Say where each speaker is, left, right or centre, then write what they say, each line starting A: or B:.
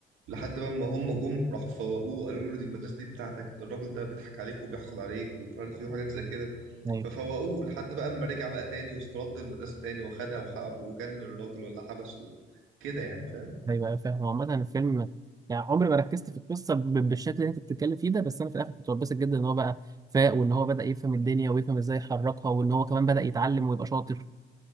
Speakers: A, on the right; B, on the right.
A: لحد بقى ما هم جم راحوا فوقوه قالوا له دي المدرسة دي بتاعتك ده الراجل ده بيضحك عليك وبيحقد عليك ومش عارف ايه وحاجات زي كده
B: قوي
A: ففوقوه لحد بقى اما رجع بقى تاني واسترد المدرسة تاني واخدها وحب وجنن الراجل ولا حبسه كده يعني فاهم
B: ايوه ايوه فاهم هو عامة الفيلم ما- يعني عمري ما ركزت في القصة ب- بالشكل اللي انت بتتكلم فيه ده بس انا في الاخر كنت متبسط جدا ان هو بقى فاق وان هو بدأ يفهم الدنيا ويفهم ازاي يحركها وان هو كمان بدأ يتعلم ويبقى شاطر